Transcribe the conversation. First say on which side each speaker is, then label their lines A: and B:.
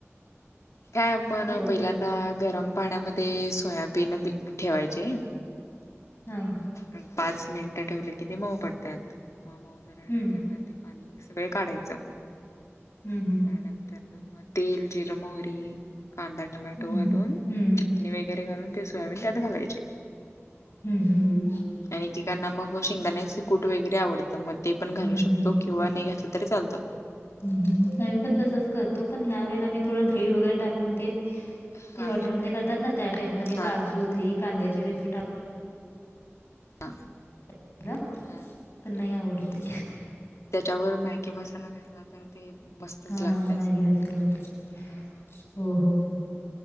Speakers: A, on the left; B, on the left.
A: काय आपण...
B: हॅलो
A: पहिल्यांदा गरम पाण्यामध्ये... सोयाबीन ठेवायचे
B: हूं.
A: ग पाच मिनिटं ठेवले कि ते मऊ पडतात... म... मऊ झाल्यांनंतर
B: हम्म
A: त्यांना ते पाणी सगळं काढायचं
B: हूं हूं.
A: त्यानंतर न... मग तेल, जिरं, मोहरी कांदा टमॅटो
B: हं,
A: घालून...
B: हं, हं,
A: चटणी वगैरे घालून ते सोयाबीन त्यात घालायचे
B: हूं हूं हूं.
A: आणिेकांना मग शेंगदाण्याच कूट वगैरे आवडतं... मग ते पण घालू
B: हं,
A: शकतो.
B: हं. हं,
A: किंवा नाही घातलं तरी चालतं.
B: आम्ही पण
A: हम्म
B: तसच करतो, पण ह्या वेलेला मी थोडं दही वगैरे टाकून ते
A: हा
B: ते हॉटेलमध्ये करतात ना त्या टाईपमध्ये...
A: हा
B: काजू, दही कांद्याचे विफ-
A: हा...
B: टाकलं
A: हा.
B: पण नाई आवडलं ते.
A: त्याच्यावर मॅगी मसाला घातला... तर ते मस्तच
B: हा
A: लागते सोयाबिन.
B: <unintelligible> हो हो...